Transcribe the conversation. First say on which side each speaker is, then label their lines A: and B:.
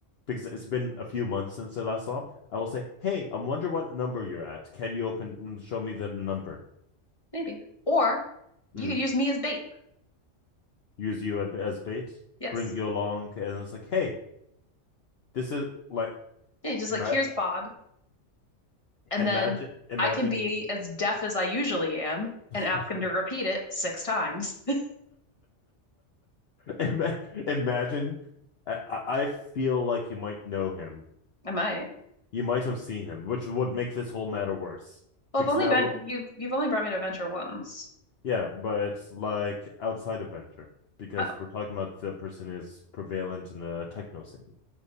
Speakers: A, on the left; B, on the left.
A: because it's been a few months since I last saw him, I will say, hey, I'm wondering what number you're at. Can you open and show me the number?
B: Maybe. Or you
A: Mm,
B: could use me as bait.
A: use you as bait,
B: Yes.
A: bring you along, and it's like, hey, this is like
B: Yeah, just
A: ima-
B: like here's Bob, and
A: imagine
B: then
A: imagine
B: I can be as deaf as I usually am
A: <laughs>
B: and ask him to repeat it six times. <laughs>
A: Ima- imagine. I-, I I feel like you might know him.
B: I might.
A: You might have seen him, which would make this whole matter worse
B: Well,
A: because
B: I've only
A: now
B: been
A: we're
B: you've you've only brought me to Venture once.
A: yeah, but it's like outside of venture because
B: Oh.
A: we're talking about the person is prevalent in the techno scene.